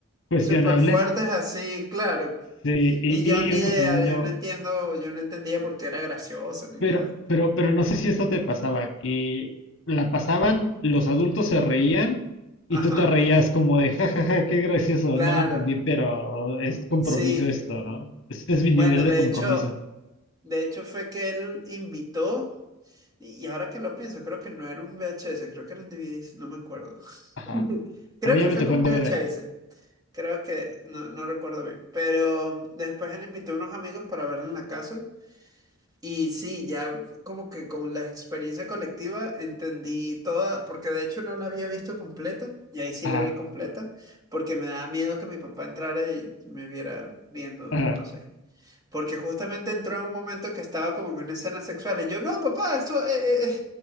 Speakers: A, on the left; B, on the right.
A: cuestionables.
B: Súper fuertes así, claro.
A: Sí, y,
B: Y yo ni
A: y uno
B: idea,
A: como niño,
B: yo no entiendo, yo no entendía por qué era gracioso ni
A: pero,
B: nada.
A: pero, pero no sé si esto te pasaba, que la pasaban, los adultos se reían y
B: Ajá,
A: tú te reías como de jajaja, qué gracioso,
B: claro,
A: no le entendí, pero es compromiso
B: sí.
A: esto, ¿no? Este es mi
B: Bueno,
A: nivel de
B: de
A: compromiso.
B: hecho, de hecho fue que él invitó, y ahora que lo pienso, creo que no era un VHS, creo que era un DVD, no me acuerdo.
A: Ajá.
B: <laughs> Creo
A: A mí ya
B: que
A: me
B: fue
A: tocó
B: con
A: en DVD.
B: VHS. Creo que no, no recuerdo bien. Pero después él invitó a unos amigos para verlo en la casa. Y sí, ya como que con la experiencia colectiva entendí toda, porque de hecho no la había visto completa, y ahí sí
A: Ajá,
B: la vi completa, porque me daba miedo que mi papá entrara y me viera viendo,
A: ajá.
B: no sé. Porque justamente entró en un momento que estaba como que una escena sexual, y yo, no, papá, esto eh, eh,